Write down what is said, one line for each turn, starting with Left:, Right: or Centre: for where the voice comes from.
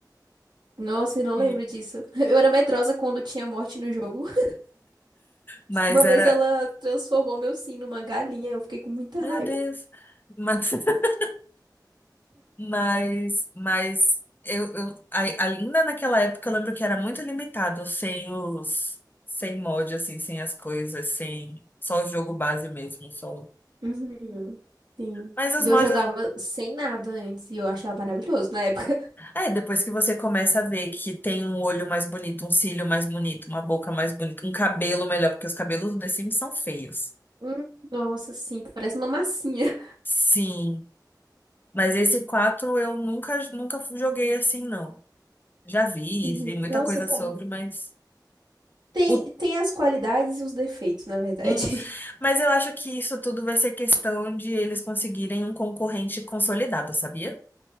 Right: Nossa, eu não lembro
Left: e-
Right: disso. <laughs> Eu era medrosa quando tinha morte no jogo. <laughs>
Left: mas
Right: Uma vez
Left: era.
Right: ela transformou meu sim numa galinha. Eu fiquei com muita
Left: Meu
Right: raiva.
Left: Deus! Mas, <laughs> mas, mas eu, eu- ai- ainda naquela época eu lembro que era muito limitado, sem os. Sem mod, assim, sem as coisas, sem. Só o jogo base mesmo, só. o-
Right: Uhum. Sim.
Left: Mas os
Right: E
Left: mods.
Right: eu jogava sem nada antes e eu achava maravilhoso na época. <laughs>
Left: É, depois que você começa a ver que tem um olho mais bonito, um cílio mais bonito, uma boca mais bonita, um cabelo melhor, porque os cabelos do The Sims são feios.
Right: Hum, Nossa, sim, parece uma massinha.
Left: Sim, mas esse 4 eu nunca, nunca joguei assim, não. Já vi,
Right: Uhum.
Left: vi muita
Right: Nossa,
Left: coisa
Right: bom.
Left: sobre, mas.
Right: Tem,
Left: o-
Right: tem as qualidades e os defeitos, na verdade.
Left: Uhum.
Right: <laughs>
Left: Mas eu acho que isso tudo vai ser questão de eles conseguirem um concorrente consolidado, sabia?